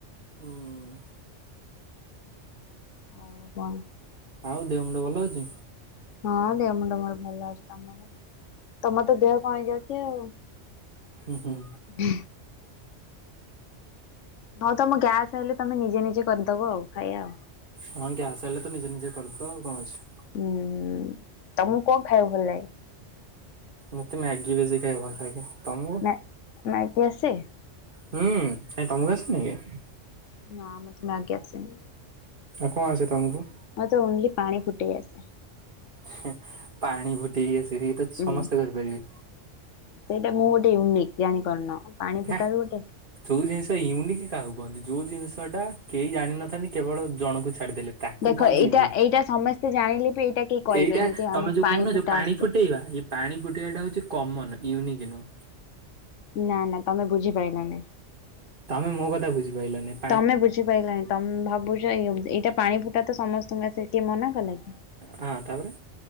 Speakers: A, on the right; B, on the left.
A: ହୁଁ
B: ଆଉ କଣ
A: ଆଉ ଦେହ ମୁଣ୍ଡ ଭଲ ଅଛି
B: ହଁ ଦେହ ମୁଣ୍ଡ ମୋର ଭଲ ଅଛି ତମର ତମର ତ ଦେହ କଣ ହେଇଯାଉଛି ଆଉ
A: ହୁଁ ହୁଁଁ
B: ହୁଁ ହଉ ତମ ଗ୍ୟାସ୍ ହେଲେ ତମେ ନିଜେ ନିଜେ କରିଦବ ଆଉ ଖାଇବା ଆଉ
A: ହଁ ଗ୍ୟାସ ହେଲେ ତ ନିଜେ ନିଜେ କରିଚ ଆଉ କଣ ଅଛି?
B: ହୁଁ ହୁଁ ତମୁକୁ କଣ ଖାଇବାକୁ ଭଲ ଲାଗେ?
A: ମତେ ମ୍ୟାଗି ବେଶୀ ଖାଇବାକୁ ଭଲ ଲାଗେ। ତମକୁ?
B: ମ୍ୟା ମ୍ୟାଗି ଆସେ?
A: ହୁଁ କାଇଁ ତମୁକୁ ଆସେ ନି କି?
B: ନା ମତେ ମ୍ୟାଗି ଆସେନି।
A: ଆଉ କଁ ଆସେ ତମୁକୁ?
B: ମତେ ଓନଲି ପାଣି ଫୁଟେଇ ଆସେ।
A: ହିଁ ପାଣି ଫୁଟେଇ ଆସେରି ଏତ ସମସ୍ତେ
B: ଉଁ
A: କରିପାରିବେ।
B: ସେଇଟା ମୁଁ ଗୋଟେ ୟୁନିକ୍ ଜାଣିପାରୁନ। ପାଣି
A: ହେ
B: ଫୁଟା ବି ଗୋଟେ
A: ଯୋଉ ଜିନିଷ ୟୁନିକ କାହାକୁ କୁହନ୍ତି ଯୋଉ ଜିନଷ ଟା କେହି ଜାଣିନଥାନ୍ତି କେବଳ ଜଣଙ୍କୁ ଛାଡିଦେଲେ। ତାକୁ
B: ଦେଖ
A: କହନ୍ତି
B: ଏଇଟା
A: ୟୁନିକ୍।
B: ଏଇଟା ସମସ୍ତେ ଜାଣିଲେ ବି ଏଇଟା କେହି କହିବେନି
A: ଏଇଟା
B: ଯେ ଆମକୁ
A: ତମେ ଯୋଉ କହୁନ
B: ଫୁଟା
A: ଯୋଉ ପାଣି
B: ଆସେ।
A: ଫୁଟେଇବା ଏ ପାଣି ଫୁଟେଇବାଟା ହଉଚି କମନ୍ ୟୁନିକ୍ ନୁହଁ।
B: ନା ନା ତମେ ବୁଝି ପାଇଲନେଇ।
A: ତମେ ମୋ କଥା ବୁଝି ପାଇଲନେଇ।
B: ତମେ ବୁଝିପାଇଲଣି ତମେ ଭାବୁଛ ଏଇଟା ପାଣି ଫୁଟା ତ ସମସ୍ତଙ୍କୁ ଆସେ କିଏ ମନା କଲା କି?
A: ହଁ ତାପରେ